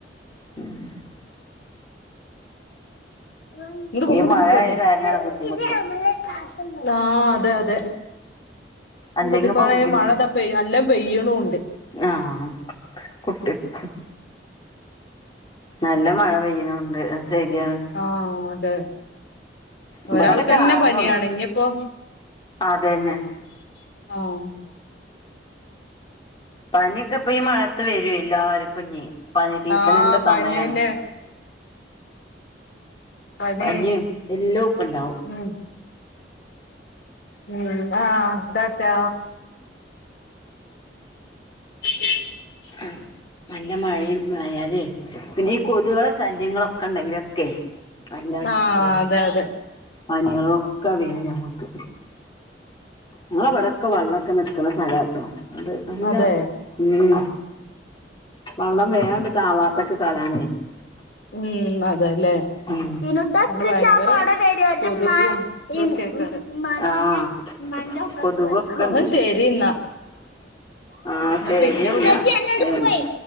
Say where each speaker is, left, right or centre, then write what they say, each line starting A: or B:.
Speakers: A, on the left (about 25°); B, on the left (about 85°).
A: <inaudible>
B: <unintelligible>
A: ഈ മഴ ആയ കാരണാണ് ബുദ്ധിമുട്ട്
B: ആഹ് അതെ അതെ. <unintelligible>
A: അല്ലെങ്കി ഇപ്പൊ ബുദ്ധിമുട്ട്
B: മഴതാ പെയ് നല്ലോ പെയ്യ്ണുണ്ട്.
A: ആഹ് കുട്ടി <unintelligible> നല്ല മഴ പെയ്യ്ണുണ്ട് അഹ് ശെര്യാണ്.
B: ആഹ് അതെ.
A: ഇവിടൊക്കെ
B: ഒരാൾക്കന്നെ
A: ചാറണുള്ളു
B: പന്യാണ് ഇഞ്ഞിപ്പോ
A: അതന്നെ
B: ആഹ്.
A: പനിക്കെ ഇപ്പ ഈ മഴത്ത് വെരെ എല്ലാർക്കുംഞി പനി സീസണിന്റെ
B: ആഹ്
A: സമയാണ്.
B: പനിയെന്നെ പനി
A: പന്യും എല്ലൊപ്പണ്ടാവു.
B: ഉം ഉം ആഹ് റ്റാട്ടാ <inaudible>
A: ആഹ് നല്ല മഴയും ആയാലേ പിന്നെ ഈ കൊതുകളെ ശല്യങ്ങളൊക്കെ ണ്ടെങ്കിലൊക്കെ അല്ല
B: ആഹ്
A: തെ
B: അതെ അതെ
A: പനികളൊക്കെ വെരും ഞമ്മക്ക്. ങ്ങള വിടൊക്കെ വെള്ളൊക്ക നിക്കണ സ്ഥലാട്ടോ ണ്ട് നല്ല
B: അതെ
A: ഉം വള്ളം വേയാണ്ട് താവാത്തെക്കെ സ്ഥലാണെ.
B: ഉം അതെല്ലേ.?
A: ഉം.
B: <inaudible> വയങ്കര കൊതുകും ഇതൊക്കേക്കാരം ഇമ്മാനന്നെ
A: ആഹ്
B: ഇമ്മാന്റെ ഒക്കത്ത്
A: കൊതുകൊക്കെ
B: കേറിക്കോ ഇന്നാ
A: ഉണ്ട്
B: ശെരി ന്നാ.
A: ആ
B: ഞാൻ
A: ശരി
B: പിന്നെ
A: എന്നാ
B: വിളിക്കാ
A: ഉം